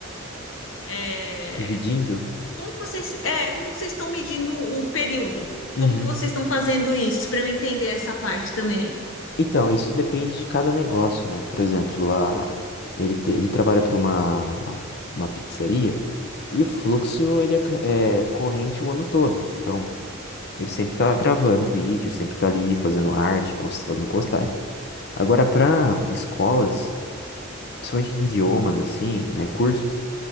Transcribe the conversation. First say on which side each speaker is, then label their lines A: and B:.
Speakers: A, on the left (about 70°); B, on the left (about 55°).
A: é,
B: Dividindo.
A: como que vocês, é, como que vocês estão medindo o período?
B: Uhum.
A: Como que vocês estão fazendo isso para eu entender essa parte também?
B: Então, isso depende de cada negócio, né? Por exemplo, lá ele, te- ele trabalha para uma, uma, uma pizzaria e o fluxo ele é, c- é corrente o ano todo. Então, ele sempre tá gravando vídeo, sempre tá ali fazendo arte, post, fazendo postagem. Agora, para escolas, principalmente de idiomas, assim, né? Cursos.